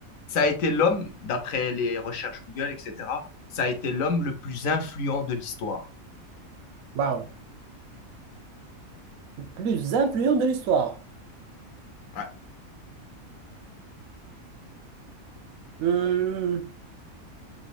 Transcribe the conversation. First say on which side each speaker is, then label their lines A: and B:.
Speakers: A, on the left (about 70°); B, on the right (about 75°).
A: Ça a été l'homme, d'après les recherches Google, etc., ça a été l'homme le plus influent de l'histoire.
B: Waouh. Le Plus influent de l'histoire.
A: Ouais.
B: Hmm,